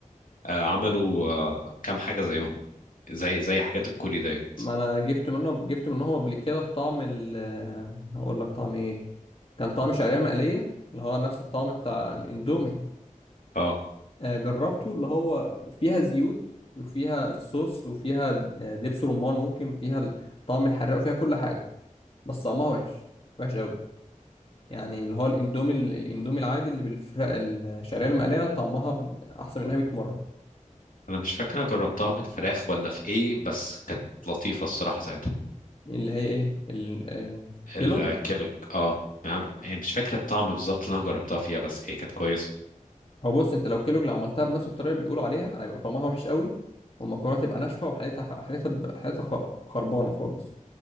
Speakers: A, on the left; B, on the left.
A: آه، عملوا آه كام حاجة زيهم زي زي حاجات الكوري ديت
B: ما انا جبت منه جبت منهم قبل كده بطعم ال هقول لك طعم ايه كان طعم شعريه مقليه اللي هو نفس الطعم بتاع الاندومي
A: اه
B: آه، جربته اللي هو فيها زيوت وفيها الصوص وفيها آه، دبس رمان ممكن فيها طعم الحراق وفيها كل حاجة بس طعمها وحش وحش قوي يعني اللي هو الاندومي الاندومي العادي اللي بالفراخ الشعرية المقلية طعمها ب- أحسن منها 100 مرة
A: انا مش فاكر أنا جربتها في الفراخ ولا في ايه بس كانت لطيفة الصراحة ساعتها
B: اللي هي إيه ال- الكيلوج
A: الكيلوج اه يعني يعني مش فاكر الطعم بالظبط اللي انا جربتها فيها بس هي كانت كويسه
B: هو بص أنت لو كيلوج لو عملتها بنفس الطريقة اللي بيقولوا عليها هيبقى طعمها وحش قوي والمكرونة تبقى ناشفة وحالتها حالتها حالتها خ- خربانة خالص